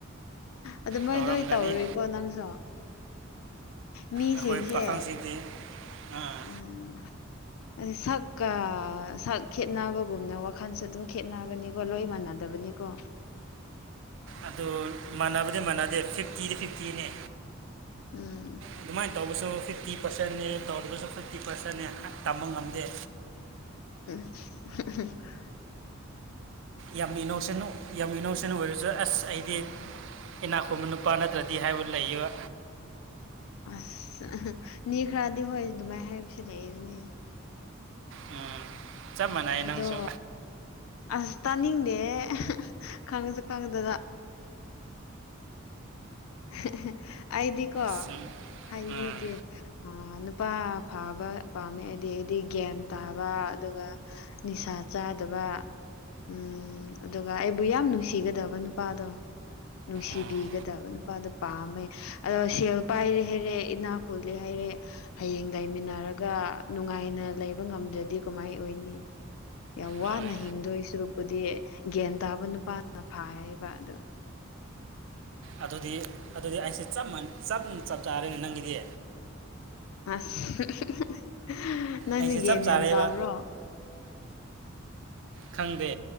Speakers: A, on the left (about 75°); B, on the right (about 60°).
A: ꯑꯗꯨ ꯃꯣꯏ
B: ꯇꯧꯔꯝꯒꯅꯤ
A: ꯂꯣꯏ ꯇꯧꯔꯨꯏꯀꯣ ꯅꯪꯁꯨ ꯃꯤꯁꯤꯡꯁꯦ
B: ꯑꯩꯈꯣꯏ ꯄꯥꯈꯪꯁꯤꯡꯗꯤ ꯑꯥ
A: ꯎꯝ ꯑꯁ ꯁꯛꯀ ꯁꯛ ꯈꯦꯠꯅꯕꯒꯨꯝꯅ ꯋꯥꯈꯜꯁꯨ ꯑꯗꯨꯝ ꯈꯦꯠꯅꯕꯅꯤꯀꯣ ꯂꯣꯏ ꯃꯥꯟꯅꯗꯕꯅꯤ ꯀꯣ
B: ꯑꯗꯨ ꯃꯥꯟꯅꯕꯗꯤ ꯃꯥꯟꯅꯗꯦ ꯐꯤꯐ ꯐꯤꯐꯇꯤꯗ ꯐꯤꯐꯇꯤꯅꯦ
A: ꯎꯝ
B: ꯑꯗꯨꯃꯥꯏꯅ ꯇꯧꯕꯁꯨ ꯐꯤꯐꯇꯤ ꯄꯔꯁꯦꯟ ꯁꯟꯅꯦ ꯇꯧꯗꯕꯁꯨ ꯐꯤꯐꯇꯤ ꯄꯥꯔꯁꯟꯅꯦ ꯇꯝꯕ ꯉꯝꯗꯦ
A: <unintelligible>
B: ꯌꯥꯝ ꯏꯅꯣꯁꯦꯟ ꯌꯥꯝꯃꯤꯅꯣꯁꯦꯟ ꯁꯦꯟ ꯑꯣꯏꯔꯁꯨ ꯑꯁ ꯑꯩꯗꯤ ꯏꯅꯥꯛ ꯈꯨꯟꯕ ꯅꯨꯄꯥ ꯅꯠꯇ꯭ꯔꯗꯤ ꯍꯥꯏꯕ ꯂꯩꯏꯕ
A: ꯑꯁ ꯃꯤ ꯈꯔꯗꯤ ꯍꯣꯏ ꯑꯗꯨꯃꯥꯏ ꯍꯥꯏꯕꯁꯨ ꯂꯩꯕꯅꯦ
B: ꯎꯝ ꯆꯞ ꯃꯥꯟꯅꯩ
A: ꯑꯗꯣ
B: ꯅꯪꯁꯨ
A: ꯑꯁ ꯇꯥꯅꯤꯡꯗꯦꯍꯦ ꯈꯪꯉꯁꯨ ꯈꯪꯉꯗꯅ <unintelligible> ꯑꯩꯗꯤꯀꯣ
B: ꯁꯨꯝ
A: ꯍꯥꯏꯕꯤꯒꯦ
B: ꯎꯝ
A: ꯑꯥ ꯅꯨꯄꯥ ꯐꯥꯕ ꯄꯥꯝꯃꯦ ꯍꯥꯏꯗꯤ ꯑꯩꯗꯤ ꯒ꯭ꯌꯥꯟ ꯇꯥꯕ ꯑꯗꯨꯒ ꯅꯤꯁꯥ ꯆꯥꯗꯕ ꯎꯝ ꯑꯗꯨꯒ ꯑꯩꯕꯨ ꯌꯥꯝ ꯅꯨꯡꯁꯤꯒꯗꯕ ꯅꯨꯄꯥꯗꯣ ꯅꯨꯡꯁꯤꯕꯤꯒꯗꯕꯅꯣ
B: ꯎꯝ
A: ꯑꯗꯣ ꯄꯥꯝꯃꯦ ꯑꯗꯣ ꯁꯦꯜ ꯄꯥꯏꯔꯦ ꯍꯥꯏꯔꯦ ꯏꯅꯥꯛ ꯈꯨꯨꯜꯂꯦ ꯍꯥꯏꯔꯦ ꯍꯌꯦꯡ ꯂꯩꯥꯏꯃꯤꯟꯅꯔꯒ ꯅꯨꯡꯉꯥꯏꯅ ꯂꯩꯕ ꯉꯝꯗ꯭ꯔꯗꯤ ꯀꯃꯥꯏ ꯑꯣꯏꯅꯤ ꯌꯥꯝ
B: ꯍꯣꯏ
A: ꯋꯥꯅ ꯍꯤꯡꯗꯣꯏ ꯁꯨꯔꯨꯞꯛꯄꯨꯗꯤ ꯒ꯭ꯌꯥꯟ ꯇꯥꯕ ꯅꯨꯄꯥꯅ ꯐꯥ ꯍꯥꯏꯕ ꯑꯗꯨ
B: ꯑꯗꯨꯗꯤ ꯑꯗꯨꯗꯤ ꯑꯩꯁꯦꯞ ꯆꯞ ꯆꯥꯔꯦꯅꯦ ꯅꯪꯒꯤꯗꯤ
A: ꯑꯁ ꯍꯤꯍꯤꯍꯤ ꯅꯪꯁꯦ
B: ꯑꯩꯁꯦ
A: ꯒꯟ
B: ꯆꯞ ꯆꯥꯔꯦꯕ
A: ꯌꯥꯝ ꯇꯥꯕ꯭ꯔꯣ
B: ꯈꯪꯗꯦ